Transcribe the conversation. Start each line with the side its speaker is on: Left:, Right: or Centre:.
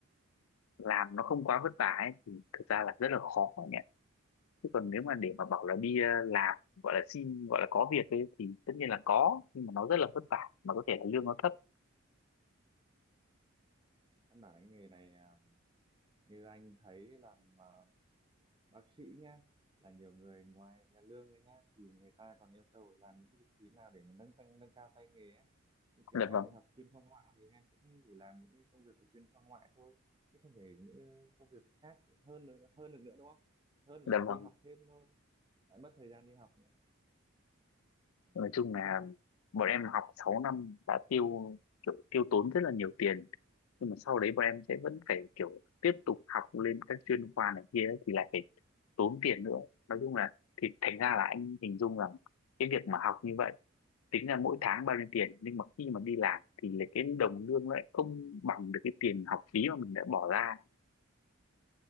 Left: làm nó không quá vất vả ấy thì thực ra là rất là khó nhỉ chứ còn nếu mà để
Right: Ừ.
Left: mà bảo là đi ờ, làm gọi là xin gọi là có việc ấy thì tất nhiên là có nhưng mà nó rất là vất vả mà có thể là lương nó thấp
Right: căn bản là cái nghề này à, như anh thấy làm à, bác sĩ nhá là nhiều người ngoài là lương đấy nhá thì người ta còn yêu cầu làm những vị trí nào để nâng tăng nâng cao tay nghề ấy như kiểu
Left: dạ
Right: em
Left: vâng
Right: thì học chuyên khoa ngoại thì em cũng chỉ làm những cái công việc của chuyên khoa ngoại thôi chứ không thể những ờ, công việc khác hơn được hơn được nữa đúng không hơn
Left: dạ
Right: thì phải đi
Left: vâng
Right: học thêm thôi lại mất thời gian đi học nữa Ừ.
Left: nói chung là bọn em học 6 năm đã tiêu kiểu tiêu tốn rất là nhiều tiền nhưng mà sau đấy bọn em sẽ vẫn phải kiểu tiếp tục học lên các chuyên khoa này kia ấy, thì lại phải tốn tiền nữa nói chung là thì thành ra là anh hình dung rằng cái việc mà học như vậy tính ra mỗi tháng bao nhiêu tiền nhưng mà khi mà đi làm thì lại cái đồng lương lại không bằng được cái tiền học phí mà mình đã bỏ ra